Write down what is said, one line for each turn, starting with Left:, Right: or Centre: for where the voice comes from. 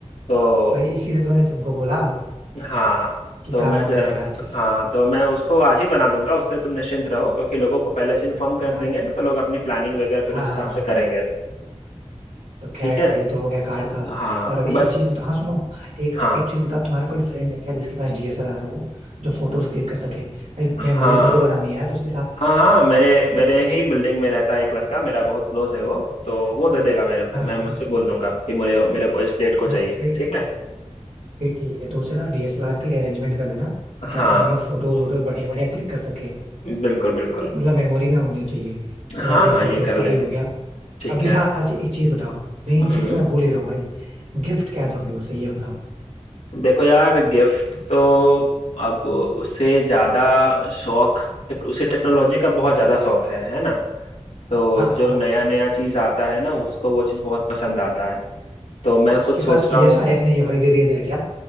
Left: तो
Right: भाई इसीलिए तो मैंने तुमको बोला
Left: हाँ
Right: कि
Left: तो
Right: काम
Left: मैं
Right: हो
Left: ज,
Right: जाएगा अच्छे
Left: हाँ
Right: से
Left: तो मैं उसको आज ही बना दूंगा उसके तुम निश्चिंत रहो क्योंकि लोगों को पहले से इन्फॉर्म कर
Right: हाँ
Left: देंगे ना तो लोग अपनी प्लानिंग वगैरह फिर
Right: हाँ
Left: उस
Right: हाँ
Left: हिसाब से करेंगे
Right: तो खैर
Left: ठीक है
Right: ये तो हो गया कार्ड का
Left: हाँ
Right: और अभी
Left: बस
Right: एक चीज बता हाँ सुनो एक
Left: हाँ
Right: एक चीज बता तुम्हारा कोई फ्रेंड है क्या जिसके पास डीएसएलआर हो जो फोटोज क्लिक कर सके भाई
Left: हाँ
Right: मेमोरीज भी तो बनानी है यार उसके साथ
Left: हाँ हाँ मेरे मेरे ही बिल्डिंग में रहता है एक लड़का मेरा बहुत क्लोज है वो तो वो दे देगा मेरे को
Right: हाँ हाँ
Left: मैं मुझसे बोल दूंगा कि मेरे मेरे को इस डेट को
Right: हाँ
Left: चाहिए
Right: फिर
Left: ठीक है
Right: फिर ठीक है तो उससे ना डीएसएलआर के अरेंजमेंट कर लेना ताकि
Left: हाँ
Right: हम लोग फोटोज वोटोज बढ़िया बढ़िया क्लिक कर सके
Left: बिल्कुल बिल्कुल
Right: मतलब मेमोरी में होनी चाहिए तो
Left: हाँ
Right: अभी
Left: हाँ
Right: फोटोज
Left: ये कर
Right: का
Left: लेंगे
Right: भी हो गया
Left: ठीक
Right: अभी
Left: है
Right: हाँ अच्छा एक चीज बताओ मेन
Left: हम्म
Right: चीज तो मैं भूल ही रहा हूँ भाई गिफ्ट क्या दोगे उसे ये बताओ
Left: देखो यार गिफ्ट तो अब उससे ज्यादा शौक उसे टेक्नोलॉजी का बहुत ज्यादा शौक है है ना तो
Right: हाँ हाँ
Left: जो नया नया चीज आता है ना उसको वो चीज बहुत पसंद आता है तो मैं
Right: तो उसके
Left: कुछ सोच
Right: पास PS5
Left: रहा हूँ
Right: नहीं है वही दे दिया जाए क्या?